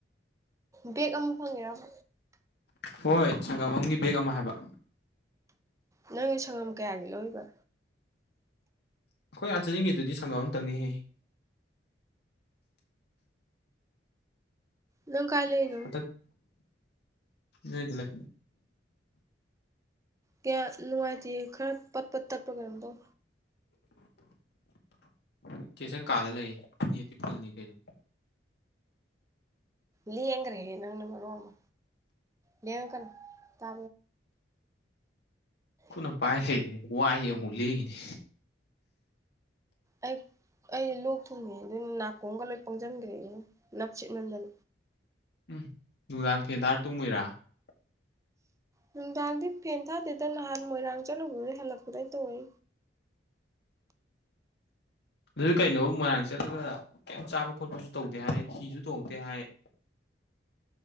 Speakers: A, on the right; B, on the left.
A: ꯕꯦꯛ ꯑꯃ ꯐꯪꯉꯦꯔꯕ
B: ꯍꯣꯏ ꯁꯪꯒꯥꯝꯕꯝꯒꯤ ꯕꯦꯦꯛ ꯑꯃ ꯍꯥꯏꯕ
A: ꯅꯪꯒꯤ ꯁꯪꯉꯝ ꯀꯌꯥꯒꯤ ꯂꯧꯕ
B: ꯑꯩꯈꯣꯏ ꯑꯥ ꯆꯅꯤꯡꯉꯦꯗꯨꯗꯤ ꯁꯪꯒꯝ ꯑꯃꯇꯪꯅꯤꯍꯦ
A: ꯅꯪ ꯀꯥꯏ ꯂꯩꯔꯤꯅꯣ
B: ꯍꯇ ꯌꯦ
A: ꯀꯌꯥ ꯅꯨꯡꯉꯥꯏꯇ ꯈꯔ ꯄꯠ ꯄꯠ ꯇꯠꯄꯒꯗꯧ
B: ꯑꯦ ꯆꯦꯁꯪ ꯀꯥꯗ ꯂꯩ ꯇꯤ ꯄꯨꯜꯅꯤ ꯀꯩꯅꯣ
A: ꯂꯌꯦꯒ꯭ꯔꯦꯦ ꯅꯪꯅ ꯃꯑꯣꯃ ꯅꯦꯡꯎꯀ ꯇꯥ
B: ꯑꯩꯣꯏꯅ ꯄꯥꯏ ꯂꯩꯅꯤ ꯋꯥꯏ ꯑꯃꯨꯛ ꯂꯩꯅꯤ
A: ꯑꯩ ꯑꯩ ꯂꯣꯛ ꯊꯨꯡꯉꯦ ꯑꯗꯨ ꯅꯥꯀꯣꯡꯒ ꯂꯣꯏ ꯄꯪꯁꯤꯟꯈ꯭ꯔꯦꯅ ꯅꯞꯁꯤꯠ ꯅꯟꯗꯟ
B: ꯎꯝ ꯅꯨꯡꯗꯥꯡ ꯐꯦꯟꯗꯥꯔ ꯇꯣꯡꯉꯣꯏꯔꯥ <inaudible>
A: ꯅꯨꯡꯗꯥꯡꯗꯤ ꯐꯦꯟ ꯊꯥꯗꯦꯗ ꯅꯍꯥꯟ ꯃꯣꯏꯔꯥꯡ ꯆꯠꯂꯨꯕꯩ ꯍꯜꯂꯛꯄꯗꯏ ꯇꯧꯤ
B: ꯑꯗꯨꯗ ꯀꯩꯅꯣ ꯃꯣꯏꯔꯥꯡ ꯆꯠꯂꯒ ꯀꯩꯝ ꯆꯥꯕ ꯈꯣꯠꯄꯁꯨ ꯇꯧꯗꯦ ꯍꯥꯏ ꯍꯤꯁꯨ ꯇꯣꯡꯇꯦ ꯍꯥꯏ <inaudible>